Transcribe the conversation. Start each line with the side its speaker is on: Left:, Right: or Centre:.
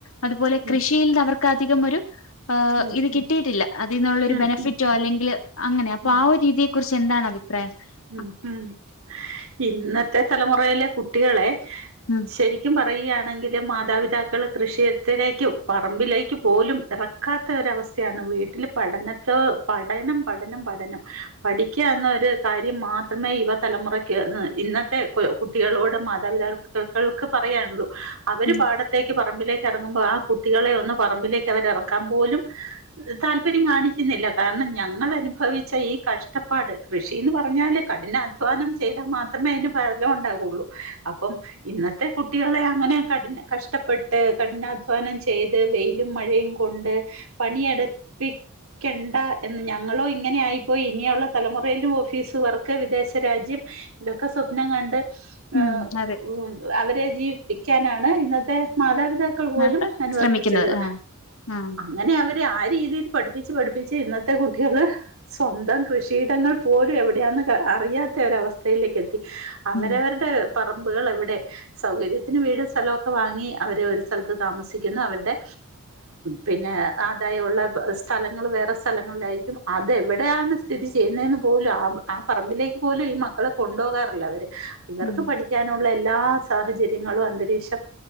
Left: അതുപോലെ
Right: ഉം
Left: കൃഷിയിൽന്ന് അവർക്ക് അധികം ഒരു ഏഹ്
Right: ഉം
Left: ഇത്
Right: ഉം
Left: കിട്ടയിട്ടില്ല അതിന്നുള്ള ഒരു
Right: ഉം
Left: ബെനഫിറ്റോ അല്ലെങ്കില്
Right: ഉം
Left: അങ്ങനെ അപ്പൊ
Right: ഉം
Left: ആഹ് ഒരു രീതിയില് കുറിച്ച് എന്താണ് അഭിപ്രായം പ്രേ
Right: ഉം ഉം ഇന്നത്തെ തലമുറയിലെ കുട്ടികളെ
Left: ഉം
Right: ശെരിക്കും ശരിക്കും പറയാണെങ്കില് മാതാപിതാക്കള് കൃഷിയത്തിലേക്കും പറമ്പിലേക്ക് പോലും ഇറ ഇറക്കാത്ത ഒരവസ്ഥയാണ് വീട്ടില് പഠനത്തോ പഠനം പഠനം പഠനം പഠിക്ക എന്നോര് കാര്യം മാത്രമേ യുവതലമുറയ്ക്ക് ഇന്നത്തെ കുട്ടികളോട് മാതാപിതാക്കൾ മാതാപിതാക്കൾക്ക് പറയാനുള്ളൂ അവര്
Left: ഉം
Right: പാട പാടത്തേക്ക് പറമ്പിലേക്ക് ഇറങ്ങുമ്പോ ആഹ് കുട്ടികളെ ഒന്ന് പറമ്പിലേക്ക് അവര് ഏറക്കാൻ പോലും താല്പര്യം കാണിക്കുന്നില്ല കാരണം ഞങ്ങളനുഭവിച്ച ഈ കഷ്ടപ്പാട് കൃഷി ഇത് പറഞ്ഞാല് കഠിന അധ്വാനം ചെയ്താ മാത്രമേ അതിന് ഫലം ഉണ്ടാവൊള്ളൂ അപ്പം ഇന്നത്തെ കുട്ടികളെ അങ്ങനെ കഠിന കഷ്ടപ്പെട്ട് കഠിനാധ്വാനം ചെയ്ത് വെയിലും മഴയും കൂ കൊണ്ട് പണിയടുപ്പി എടുപ്പിക്കണ്ട എന്ന് ഞങ്ങളോ ഇങ്ങനെ ആയിപ്പോയി ഇനിയുളള തലമുറെല് ഓഫീസ് വർക്ക് വിദേശ രാജ്യം ഇതൊക്കെ സ്വപ്നം കണ്ട്.
Left: ഉം
Right: ഏഹ്
Left: അതെ
Right: ഓഹ് അവരെ ജീവിപ്പിക്കാനാണ് ഇന്നത്തെ മാതാപിതാക്കൾ മാതാപിതാക്കൾ പോലും
Left: അപ്പൊ
Right: അനുവർത്തിച്ചത്
Left: ശ്രമിക്കുന്നത് ആഹ് ആഹ്
Right: അങ്ങനെ അവ ആഹ് രീതിയില് പഠിപ്പിച്ച് പഠിപ്പിച്ച് ഇന്നത്തെ കുട്ട്യാള് സ്വന്തം കൃഷിയിടങ്ങൾ പോലും പോലും എവിടെയാന്ന് അറിയാത്തൊരു അവസ്ഥയിലേക്ക് എത്തി അവരവരടെ.
Left: ഉം
Right: പറമ്പുകളെവിടെ സൗകര്യത്തിന് വീടും സ്ഥലോ ഒക്കെ വാങ്ങി അവര് ഒരു സ്ഥലത്ത് താമസിക്കുന്നു അവർടെ. പിന്നെ ആധായുള്ള സ്ഥലങ്ങള് വേറെ സ്ഥലങ്ങളിലായിരിക്കും അതെവിടെയാന്ന് സ്ഥിതി ചെയ്യുന്നന്നും പോലും ആഹ് ആ പറമ്പിലേക്ക് പോലും ഈ മക്കളെ കൊണ്ടോകാറില്ല അവര് ഇവർക്ക്
Left: ഉം
Right: പഠിക്ക പഠിക്കാനുള്ള എല്ലാ സാഹചര്യങ്ങളും അന്തരീക്ഷം.